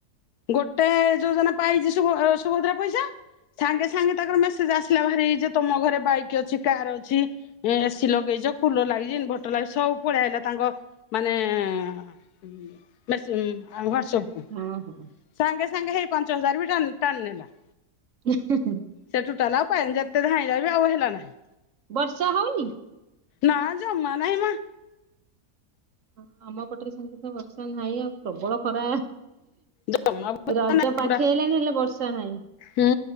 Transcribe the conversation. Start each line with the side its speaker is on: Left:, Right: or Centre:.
Left: ଗୋଟେ ଯୋଜନା ପାଇଚି ସୁଭଦ୍ରା ପଇସା ସାଙ୍ଗେ ସାଙ୍ଗେ ତାଙ୍କର ମେସେଜ ଆସିଲା ଭାରି ଯେ ତମ ଘରେ ବାଇକ ଅଛି କାର ଅଛି। ଏସି ଲଗେଇଜ କୁଲର ଲାଗିଚି ଇନଭର୍ଟର ଲାଗଜି ସବୁ ପଳେଇଆଇଲା ହେଲା ତାଙ୍କ ମାନେ ଏଁ ମେସେ ହ୍ୱାଟସପକୁ।
Right: ହଁ ହଁ।
Left: ସାଙ୍ଗେ ସାଙ୍ଗେ ହେଇ ପାଞ୍ଚ ହଜାର ବି ଟାଣି ଟାଣି ନେଲା।
Right: ଇଁ ହିଁ ହିଁ।
Left: ସେ ଟୁଟାଲା ଆଉ ପାଇନି ଯେତେ ଧାଇଁଲା ବି ଆଉ ହେଲା ନାହିଁ।
Right: ବର୍ଷା ହଉନି?
Left: ନା ଯମା ନାହିଁ ମା।
Right: ହଁ ଆମ ପଟରେ ସେମିତି ତ ବର୍ଷା ନାହିଁ ଆଉ ପ୍ରବଳ ଖରା।
Left: ଜମା
Right: ରଜ
Left: ନାହିଁ
Right: ପାଖେଇ
Left: ପୁରା
Right: ଆଇଲାଣି ହେଲେ ବର୍ଷା ନାହିଁ।
Left: ହୁଁ